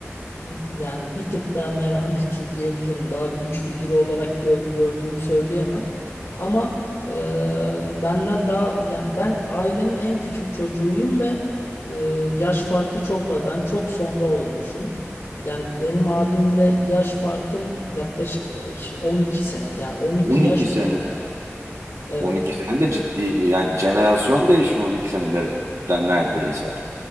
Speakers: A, on the left; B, on the right.
A: yani bir tık daha merhametli diyebilirim daha güç figürü olarak gö- gördüğümü söyleyemem ama e, benden daha yani ben ailenin en küçük çocuğuyum ve e, yaş farkı çok var ben çok sonra olmuşum yani benim abimle yaş farkım yaklaşık e, 12 sene yani 12
B: 12
A: yaş
B: sene.
A: büyük evet.
B: 12 sene de ciddi bir yani jenerasyon değişiyor 12 senede neredeyse.